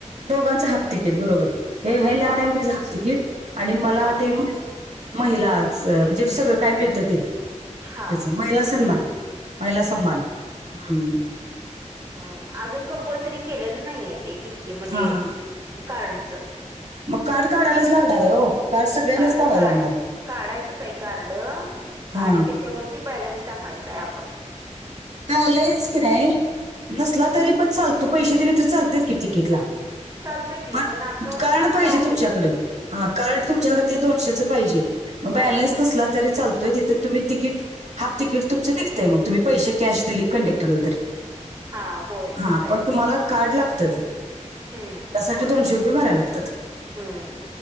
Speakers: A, on the right; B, on the right.
A: दोघांच हाफ तिकेट बरोबर हे हे लहण्यामुळेात
B: हा
A: तिकीट आणि मला
B: हा
A: ते महिलाच म्हणजे सगळं काय मिळतं ते
B: हा
A: त्याच महिला
B: हम्म
A: सन्मान महिला सन्मान हम्म
B: ह अजून कंपल्सरी केलेली नाहीय ते त म्हणजे
A: हा हा हा.
B: कार्ड च
A: मग काड काढायलाच लागणार आहे हो सगळ्यांनाच
B: कार्ड
A: काढायला
B: का
A: लागणार
B: काढायचंच आहे कारार्ड
A: हा
B: आणि त्याच्यावर ती बॅलन्स टाकायचाय आपण
A: बॅलेन्स की नाही नसला तरी पण चालतो पैसे दिले तरी चालते की तिकीटला
B: चालतं की
A: पण
B: असं
A: कार्ड
B: असं
A: पाहिजे
B: आहे
A: तुमच्याकड हा कार्ड तुमच्याकडे ते दोनशेच पाहिजे ग
B: पाहिजे
A: बॅलन्स नसला तरी चालत त तिथ तुम्ही तिकीट हाफ तिकीट तुमचं निघताय मग तुम्ही पैसे कॅश दिले कंडक्टरला तरी
B: हा होय
A: हा
B: तसं आहे
A: पण तुम्हाला कार्ड लागत त्यासाठी
B: हम्म होय
A: दोनशे बऱ्या लागतात
B: हम्म